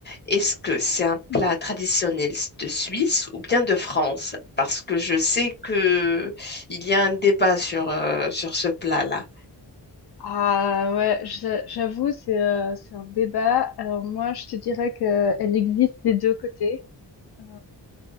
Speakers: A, on the left (about 25°); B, on the left (about 65°).
A: est-ce que c'est un
B: <laughs>
A: plat traditionnel de Suisse ou bien de France? Parce que je sais que il y a un débat sur, euh, sur ce plat-là.
B: Ah ouais, j'a- j'avoue, c'est euh, c'est un débat. Alors moi, je te dirais que elle existe des deux côtés. Euh,